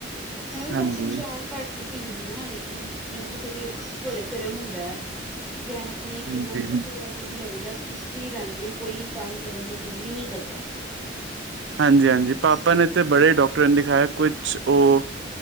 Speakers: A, in the centre; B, on the right (about 75°).
A: ਮੈਂ ਵੀ
B: ਹਾਂਜੀ।
A: ਵੈਸੇ ਚਾਹ ਘੱਟ ਹੀ ਪੀਂਦੀ ਹਾਂ! ਲੇਕਿਨ ਮੈਨੂੰ ਵੀ ਥੋੜ੍ਹੀ ਸਵੇਰੇ, ਸਵੇਰੇ ਹੁੰਦਾ। ਕਿ ਐਵੇਂ ਨਹੀਂ ਪੀਵੋ
B: ਹਾਂਜੀ
A: ਨਾ ਤੇ ਪੂਰਾ! ਦਿਨ ਲੱਗਦਾ ਸੁਸਤੀ ਰਹਿੰਦੀ ਹੈ। ਕੋਈ ਕੰਮ ਕਰਨ ਦਾ ਦਿਲ ਹੀ ਨਹੀਂ ਕਰਦਾ।
B: ਹਾਂਜੀ-ਹਾਂਜੀ ਪਾਪਾ
A: ਹਾਂ
B: ਨੇ ਤੇ ਬੜੇ ਡਾਕਟਰਾਂ ਨੂੰ ਦਿਖਾਇਆ ਕੁਛ ਉਹ?